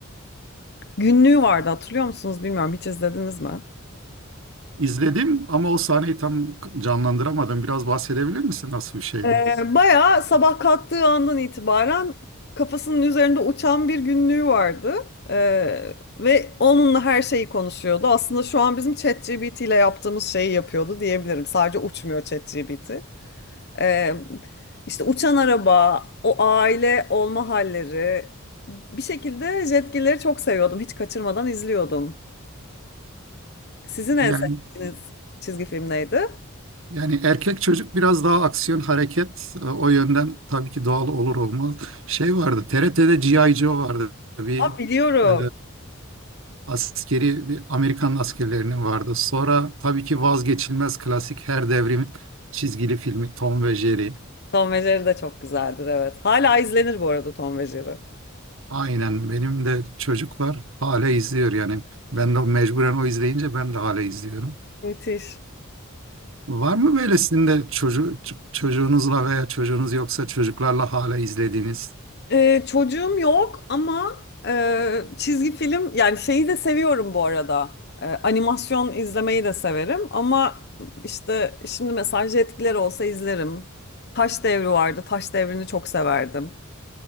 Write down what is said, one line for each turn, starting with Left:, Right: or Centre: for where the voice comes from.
Left: günlüğü vardı hatırlıyor musunuz bilmiyorum hiç izlediniz mi?
Right: İzledim ama o sahneyi tam canlandıramadım. Biraz bahsedebilir misin nasıl bir şeydi?
Left: E, Bayağı sabah kalktığı andan itibaren kafasının üzerinde uçan bir günlüğü vardı. E, ve onunla her şeyi konuşuyordu. Aslında şu an bizim ChatGPT ile yaptığımız şeyi yapıyordu diyebilirim. Sadece uçmuyor ChatGPT. E, işte uçan araba, o aile olma halleri. Bir şekilde Jetgilleri çok seviyordum. Hiç kaçırmadan izliyordum. Sizin en
Right: Yani
Left: sevdiğiniz çizgi film neydi?
Right: yani erkek çocuk biraz daha aksiyon hareket e, o yönden tabii ki doğal olur olmaz. Şey vardı TRT'de G.I. Joe vardı. Bir
Left: Aa, biliyorum.
Right: e, askeri bir Amerikan askerlerinin vardı. Sonra tabii ki vazgeçilmez klasik her devrimin çizgili filmi Tom ve Jerry.
Left: Tom ve Jerry de çok güzeldir evet. Hala izlenir bu arada Tom ve Jerry.
Right: Aynen benim de çocuk var hala izliyor yani ben de mecburen o izleyince ben de hala izliyorum.
Left: Müthiş.
Right: Var mı böylesinde çocuğu, çocuğunuzla veya çocuğunuz yoksa çocuklarla hala izlediğiniz?
Left: Ee, çocuğum yok ama e, çizgi film yani şeyi de seviyorum bu arada. Ee, animasyon izlemeyi de severim ama işte şimdi mesaj etkileri olsa izlerim. Taş Devri vardı. Taş Devri'ni çok severdim.